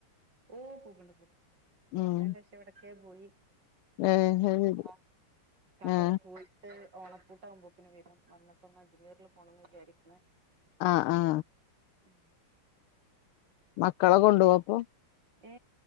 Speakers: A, on the right (about 50°); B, on the left (about 80°).
A: ഓ പോക്ണ്ട് പോക്ണ്ട് പ്പൊ
B: ഉം
A: വന്നേന്റെ ക്ഷം എവിടൊക്കെ പോയി
B: ഏ
A: ഇപ്പ
B: അത്
A: ഇൻഷാ
B: ശരി
A: അള്ളാ ഇക്കക്കൊന്ന്
B: ആ
A: പോയിട്ട് ഓണപ്പൂട്ടകുമ്പോക്കിന് വരും വന്നിട്ടൊന്ന് അജ്മീറിൽ പോണന്ന് വിചാരിക്ക്ണ്
B: ആആ
A: ഉം
B: മക്കളെ കൊണ്ടു പോവാപ്പോ
A: ഏ